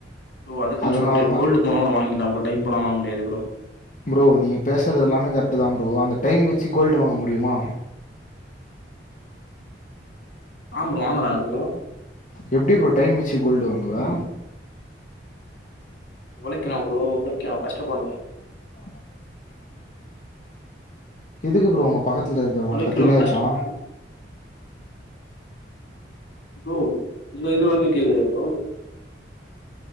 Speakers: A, on the left; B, on the left.
A: ப்ரோ அதுக்குனு
B: அதனாலதா
A: சொல்ட்டு கோல்டு போனா ஒன்னு வாங்கிக்கலா ப்ரோ டைம் போனா வாங்க முடியாது ப்ரோ
B: ப்ரோ நீ பேசுறது எல்லாமே கரெக்ட் தா ப்ரோ அந்த டைம் வச்சு கோல்டு வாங்க முடியுமா
A: ஆம் ப்ரோ வாங்கலா ப்ரோ
B: எப்டி ப்ரோ டைம் வச்சு கோல்டு வாங்குவ
A: உழைக்கணு ப்ரோ உழைக்கணு‌ கஷ்டபடணு
B: ஆமா பிரண்ட்ஸ்க்கு எதுக்கு ப்ரோ உங்க பக்கத்துல இருக்குறவ
A: உழைக்கணும்
B: கத்தினே இருக்கா
A: கஷ்டப்படணும் ப்ரோ இங்க இதுவரைக்கு கேக்குதா ப்ரோ